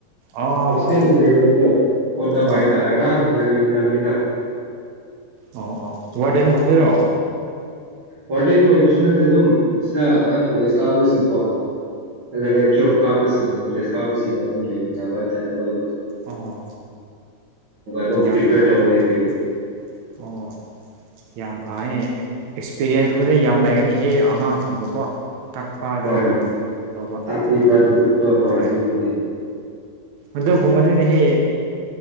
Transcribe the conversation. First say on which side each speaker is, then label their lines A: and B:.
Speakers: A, on the right; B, on the right.
A: ꯑꯣ
B: ꯍꯣꯁꯇꯦꯜꯗ
A: ꯑꯣ ꯑꯣ
B: ꯂꯩꯔꯎꯀ꯭ꯔꯣ ꯍꯣꯠꯅꯕ
A: ꯍꯣꯏ
B: ꯍꯥꯏꯇꯥꯔꯦ ꯑꯉꯥꯡꯁꯤꯡꯒ ꯂꯩꯃꯤꯟꯅꯕꯅꯤꯗ
A: ꯑꯣ ꯑꯣ ꯋꯥꯔꯗꯦꯟꯒꯨꯝꯕꯤꯔꯣ
B: ꯋꯥꯔꯗꯦꯟ ꯑꯣꯏꯕꯁꯨ ꯅꯠꯇꯦ ꯑꯗꯨꯝ ꯑꯁꯤꯗ ꯑꯉꯥꯡ ꯀꯣꯂꯦꯖ ꯀꯥꯕꯁꯤꯡꯀꯣ ꯑꯦꯂꯚꯦꯟ ꯇꯨꯋꯦꯜꯐ ꯀꯥꯕꯁꯤꯡ ꯀꯣꯂꯦꯖ ꯀꯥꯕꯁꯤꯡ ꯑꯗꯨꯝ ꯂꯩꯃꯤꯟꯅꯕ ꯍꯥꯏꯇꯥꯔꯦ ꯃꯣꯏ
A: ꯑꯣ
B: <unintelligible>
A: ꯌꯥꯝ ꯐꯥꯅꯦ
B: ꯇꯧꯔ
A: ꯑꯗꯨꯗꯤ
B: ꯂꯩꯕ ꯑꯩꯁꯨ
A: ꯑꯣ ꯌꯥꯝ ꯐꯅꯤ ꯑꯦꯛꯁꯄꯤꯔꯤꯌꯦꯟꯁꯀꯨꯝꯕꯅ ꯌꯥꯝ ꯂꯩꯒꯅꯤꯍꯦ ꯑꯉꯥꯡꯁꯤꯡꯕꯨꯀꯣ ꯇꯥꯛꯄ ꯑꯗꯨꯣ
B: ꯍꯣꯏ ꯍꯣꯏ
A: ꯇꯧꯕ
B: ꯇꯥꯛꯄꯤꯕ ꯑꯗꯨ
A: ꯌꯥꯝ
B: ꯎꯠꯄ
A: ꯍꯣꯏ ꯍꯣꯏ
B: ꯑꯗꯨꯕꯨꯗꯤ
A: ꯑꯗꯨꯀꯨꯝꯕꯗꯨꯍꯦ